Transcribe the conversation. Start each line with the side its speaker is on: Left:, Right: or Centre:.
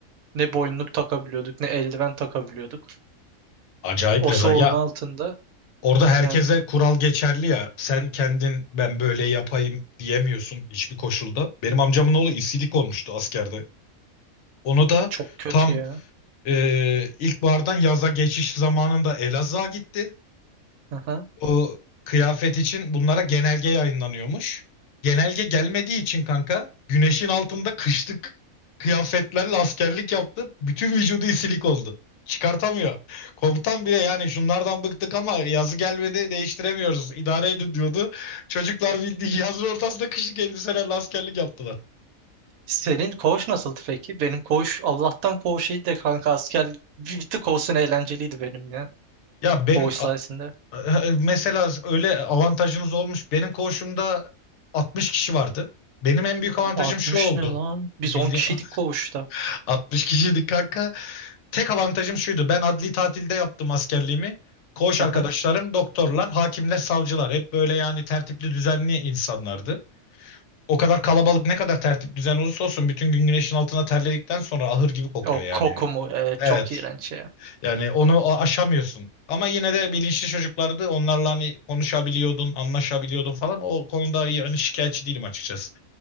Right: Ne boyunluk takabiliyorduk ne eldiven takabiliyorduk.
Left: Acayip
Right: O
Left: rezil.
Right: soğuğun
Left: Ya
Right: altında
Left: orada herkese
Right: yani
Left: kural geçerli ya. Sen kendin ben böyle yapayım diyemiyorsun hiçbir koşulda. Benim amcamın oğlu isilik olmuştu askerde. Onu da
Right: çok kötü
Left: tam
Right: ya.
Left: Ee, ilkbahardan yaza geçiş zamanında Elazığ'a gitti.
Right: Aha.
Left: O kıyafet için bunlara genelge yayınlanıyormuş. Genelge gelmediği için kanka güneşin altında kışlık kıyafetlerle askerlik yaptı. Bütün vücudu isilik oldu. Çıkartamıyor. Komutan bile yani şunlardan bıktık ama yazı gelmedi değiştiremiyoruz. İdare edin diyordu. Çocuklar bildiği yazın ortasında kışlık elbiselerle askerlik yaptılar.
Right: Senin koğuş nasıldı peki? Benim koğuş Allah'tan koğuş iyiydi de kanka asker bir bir tık olsun eğlenceliydi benim ya.
Left: Ya ben
Right: Koğuş sayesinde.
Left: <laughs> E, Mesela öyle avantajınız olmuş. Benim koğuşumda 60 kişi vardı. Benim en büyük avantajım
Right: 60
Left: şu oldu.
Right: ne lan? Biz
Left: Bildiğin
Right: 10 kişiydik koğuşta.
Left: <laughs> 60 kişiydik kanka. Tek avantajım şuydu. Ben adli tatilde yaptım askerliğimi. Koğuş
Right: Hı
Left: arkadaşlarım
Right: hı.
Left: doktorlar, hakimler, savcılar. Hep böyle yani tertipli, düzenli insanlardı. O kadar kalabalık ne kadar tertip düzen olursa olsun bütün gün güneşin altına terledikten sonra ahır gibi kokuyor
Right: O
Left: yani.
Right: koku mu? Evet,
Left: Evet.
Right: çok iğrenç ya.
Left: Yani onu a- aşamıyorsun. Ama yine de bilinçli çocuklardı. Onlarla hani konuşabiliyordun, anlaşabiliyordun falan. O konuda yani şikayetçi değilim açıkçası.